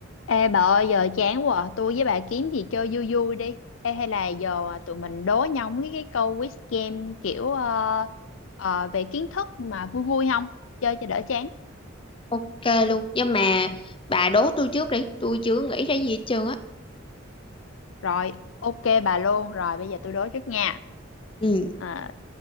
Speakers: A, on the left; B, on the left.
A: Ê bà ơi giờ chán quá à. Tôi với bà kiếm gì chơi vui vui đi Ê hay là giờ à, tụi mình đố nhau mấy cái câu quiz game kiểu ờ, ờ, về kiến thức mà vui vui không Chơi cho đỡ chán
B: Ok luôn Nhưng mà bà đố tôi trước đi Tôi chưa nghĩ ra gì hết trơn á
A: Rồi ok bà luôn Rồi bây giờ tôi đố trước nha
B: Ừ,
A: Ờ,